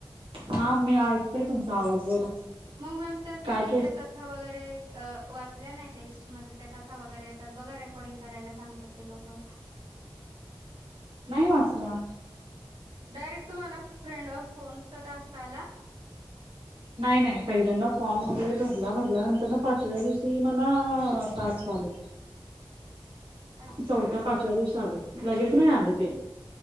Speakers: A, on the right (about 85°); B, on the right (about 65°).
A: हा मी ऐकतोय तुमचा आवाज बोला.
B: मग मॅम त्यात
A: काय
B: तुम्ही
A: केस
B: त्या कथा वगैरे वाचल्या नाही टेक्स्ट मध्ये त्या कथा वगैरे येतात वगैरे रेकॉर्डिंग करायला सांगतात ते लोक
A: नाही वाचल्या
B: डायरेक्ट तुम्हाला फ्रेंड आ फोनचा टास्क आला
A: नाही नाही पहिल्यांदा फॉर्म वगैरे भरला भरल्यानंतर ना पाचव्या दिवशी मला पास झाले
B: अच्छा
A: चौथ्या पाचव्या दिवशी आलं लगेच नाही आले ते,